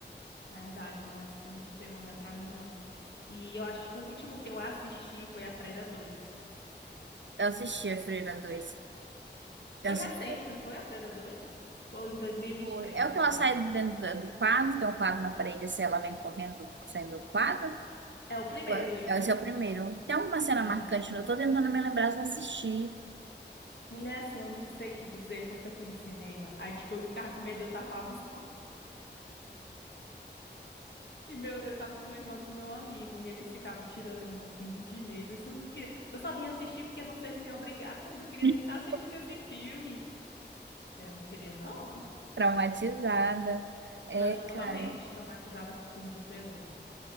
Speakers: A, on the left (about 70°); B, on the right (about 80°).
A: verdade, não é esse filme de terror, não é pra mim, não. E eu acho que o último que eu assisti foi A Freira dois.
B: Eu assisti a Freira 2. Eu
A: Foi
B: assisti.
A: recente, não foi? A Freira dois? Foi em dois mil e e vinte
B: Foi.
A: e três,
B: É o
A: quer
B: que ela
A: dizer.
B: sai de dentro do do quadro, tem um quadro na parede, assim, ela vem correndo, saindo do quadro.
A: É o primeiro,
B: Ué,
A: esse.
B: Esse é o primeiro. Tem alguma cena
A: É.
B: marcante? não? Eu tô tentando me lembrar se eu assisti.
A: Mulher, assim, eu não sei te dizer porque eu fui no cinema. Aí, tipo, eu ficava com medo, eu tapava os... <laughs> E meu, eu tava com meu irmão e com meu amigo, e eles ficavam tirando, eu morrendo de medo. Isso eu não queria. Eu só vim assistir porque vocês me obrigaram, mas eu não queria
B: <laughs>
A: nem estar assistindo esse filme. Eu não queria, não.
B: Traumatizada. É,
A: Não, eu sou totalmente
B: cara.
A: traumatizada com filme de terror.